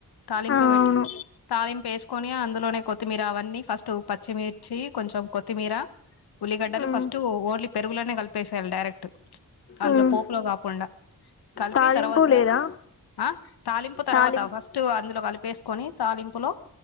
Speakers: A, on the left; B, on the left.
A: తాలింపు
B: ఆ
A: పెట్టు
B: అవును
A: తాలింపు వేసుకొని అందులోనే కొత్తిమీర అవన్నీ ఫస్ట్ పచ్చిమిర్చి కొంచెం కొత్తిమీర ఉల్లిగడ్డలు
B: మ్మ్
A: ఫస్ట్ ఓన్లీ పెరుగులోనే కలిపేసేయాలి డైరెక్ట్ అందులో
B: మ్మ్
A: పోపులో కాకుండా కలిపి
B: తాలింపు
A: తర్వాత
B: లేదా
A: ఆ తాలింపు తర్వాత
B: తాలింపు
A: ఫస్ట్ అందులో కలుపు వేసుకొని తాలింపులో